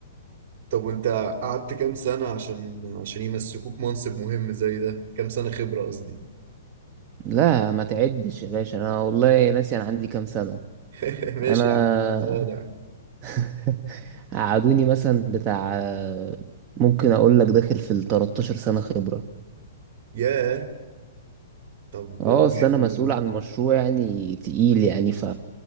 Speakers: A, on the right (about 45°); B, on the right (about 30°).
A: طب وانت قعدت كام سنة عشان عشان يمسكوك منصب مهم زي ده كام سنة خبرة قصدي
B: لا ما تعدش يا باشا أنا والله ناسي أنا عندي كام سنة
A: <laughs> ماشي
B: انا
A: يا عم متواضع
B: <laughs> قعدوني مثلا بتاع آه، ممكن اقول لك داخل في ال 13 سنة خبرة
A: ياه طب
B: اه اصل
A: جامد
B: انا مسؤول
A: والله
B: عن مشروع يعني تقيل يعني ف